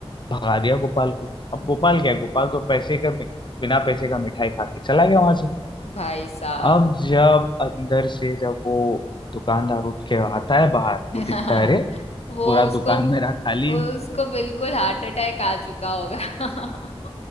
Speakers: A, on the left; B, on the left.
A: भगा दिया गोपाल को अब गोपाल क्या है गोपाल तो पैसे का बिना पैसे का मिठाई खा के चला गया वहां से
B: भाई साहब
A: अब जब अंदर से जब वो दुकानदार उठ के आता है बाहर
B: <laughs>
A: वो दिखता है अरे
B: वो
A: पूरा
B: उसको
A: दुकान मेरा खाली
B: उसको
A: है
B: बिल्कुल हार्ट अटैक आ चुका होगा <laughs>